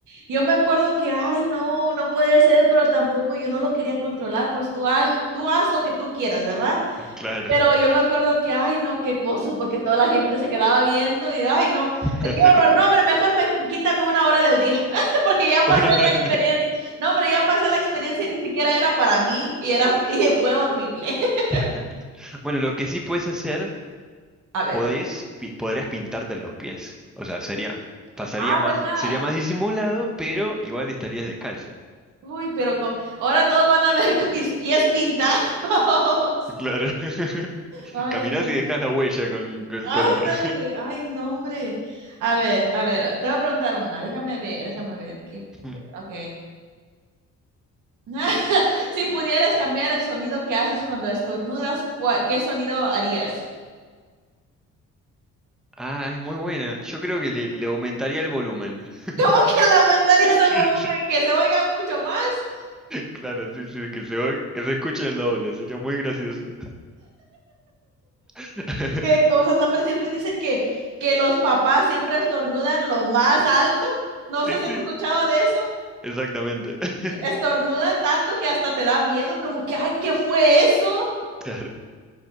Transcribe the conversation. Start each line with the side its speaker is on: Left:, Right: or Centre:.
Right: Yo me acuerdo que, ay, no, no puede ser, pero tampoco yo no lo quería controlar, pues tú, ha- tú haz lo que tú quieras, ¿verdad?
Centre: Claro.
Right: Pero yo me acuerdo que, ay, no, qué cosas, porque toda la gente se quedaba viendo y, ay, no,
Centre: <laughs>
Right: qué horror, no, hombre, mejor me, quítame una hora del día, <laughs> porque
Centre: <laughs>
Right: ya pasé
Centre: Una
Right: la
Centre: hora al
Right: experiencia.
Centre: día.
Right: No, hombre, ya pasé la experiencia y ni siquiera era para mí y, era, y fue horrible. <laughs>
Centre: <laughs> Bueno, lo que sí puedes hacer,
Right: A ver,
Centre: podés, pi- podrías pintarte los pies. O sea, sería, pasaría
Right: ah,
Centre: más,
Right: ¿verdad?
Centre: sería más disimulado, pero igual estarías descalzo.
Right: Uy, pero con... ahora todos van a ver con mis pies pintados. <laughs>
Centre: Claro. <laughs>
Right: Ay,
Centre: Caminás
Right: ay, ay.
Centre: y dejás la huella con, con el
Right: Ándale.
Centre: color.
Right: Ay, no, hombre. A ver, a ver, te voy a preguntar una. Déjame ver, déjame ver. ¿Qué...
Centre: <laughs>
Right: Ok. <laughs> si pudieras cambiar el sonido que haces cuando estornudas, ¿cuál- ¿qué sonido harías?
Centre: Ah, es muy buena. Yo creo que le, le aumentaría el volumen. <laughs>
Right: <laughs> Como que lamentaría el
Centre: Sí,
Right: volumen,
Centre: sí.
Right: que se oiga mucho más.
Centre: Claro, sí, sí, que se, oy- que se escuche el doble, sería muy gracioso. <laughs>
Right: ¿Qué cosas? No, hombre, siempre dicen que, que los papás siempre estornudan lo más alto. No
Centre: Sí,
Right: sé si
Centre: sí,
Right: has escuchado de eso.
Centre: exactamente. <laughs>
Right: Que Estornudan tanto que hasta te da miedo, como que, ay, ¿qué fue eso?
Centre: Claro.